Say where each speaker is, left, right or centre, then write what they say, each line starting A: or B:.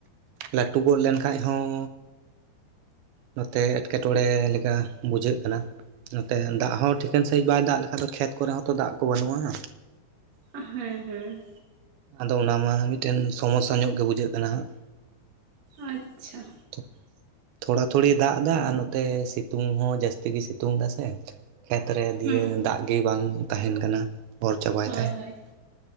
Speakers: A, on the right (about 80°); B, on the right (about 55°).
A: ᱞᱟᱹᱴᱩ ᱜᱚᱫ ᱞᱮᱱ ᱠᱷᱟᱱᱡ ᱦᱚᱸ ᱱᱚᱛᱮ ᱮᱸᱴᱠᱮᱴᱚᱬᱮ ᱞᱮᱠᱟ ᱵᱩᱡᱷᱟᱹᱜ ᱠᱟᱱᱟ᱾ ᱱᱚᱛᱮ ᱫᱟᱜᱽ ᱦᱚᱸ ᱴᱷᱤᱠᱟᱹᱱ ᱥᱟᱺᱦᱤᱡ ᱵᱟᱭ ᱫᱟᱜ ᱞᱮᱠᱷᱟᱡ ᱫᱚ ᱠᱷᱮᱛ ᱠᱚᱨᱮ ᱦᱚᱸᱛᱚ ᱫᱟᱜᱽ ᱠᱚ ᱵᱟᱹᱱᱩᱜᱼᱟ᱾
B: ᱟᱸ ᱦᱮᱸ ᱦᱮᱸ᱾
A: ᱟᱫᱚ ᱚᱱᱟ ᱢᱟ ᱢᱤᱜᱴᱮᱱ ᱥᱚᱢᱚᱥᱥᱟ ᱧᱚᱜ ᱜᱮ ᱵᱩᱡᱷᱟᱹᱜ ᱠᱟᱱᱟ ᱦᱟᱸᱜ᱾
B: ᱟᱪᱪᱷᱟ᱾
A: ᱛᱷᱚ ᱛᱷᱚᱲᱟ ᱛᱷᱩᱲᱤ ᱫᱟᱜᱲ ᱫᱟ ᱟᱨ ᱱᱚᱛᱮ ᱥᱤᱛᱩᱝ ᱦᱚᱸ ᱡᱟᱹᱥᱛᱤ ᱜᱤ ᱥᱤᱛᱩᱝ ᱫᱟᱥᱮ᱾ ᱠᱷᱮᱛᱨᱮ ᱫᱤᱭᱮ
B: ᱦᱩᱸ
A: ᱫᱟᱜᱽ ᱜᱮᱹ ᱵᱟᱝ ᱛᱟᱦᱮᱱ ᱠᱟᱱᱟ ᱚᱨ ᱪᱟᱵᱟᱭ
B: ᱦᱳᱭ
A: ᱫᱟᱭ᱾
B: ᱦᱳᱭ